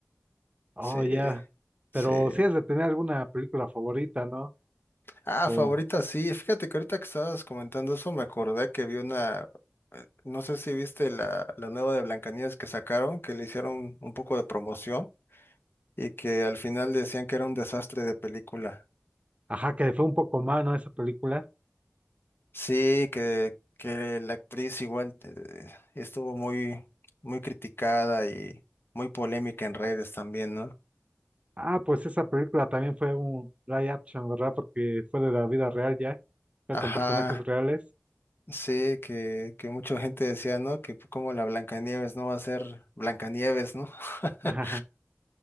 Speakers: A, on the right (about 30°); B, on the left (about 55°).
A: Oh,
B: Sí,
A: ya.
B: sí.
A: Pero si es de tener alguna película favorita, ¿no?
B: Ah,
A: O,
B: favorita, sí. Fíjate que ahorita que estabas comentando eso, me acordé que vi una, eh, no sé si viste la, la nueva de Blancanieves que sacaron, que le hicieron un poco de promoción y que al final decían que era un desastre de película.
A: ajá, que le fue un poco mal, ¿no? Esa película.
B: Sí, que, que la actriz igual eh, estuvo muy, muy criticada y muy polémica en redes también, ¿no?
A: Ah, pues esa película también fue un live action, ¿verdad? Porque fue de la vida real ya. Fue
B: Ajá,
A: con personajes reales.
B: sí, que, que mucha gente decía, ¿no? Que como la Blancanieves no va a ser Blancanieves, ¿no? <laughs>
A: <laughs>